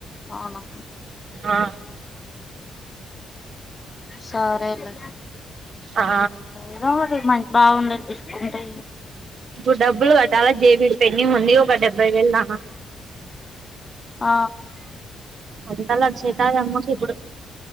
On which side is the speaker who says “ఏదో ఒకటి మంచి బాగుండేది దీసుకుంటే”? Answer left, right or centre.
Left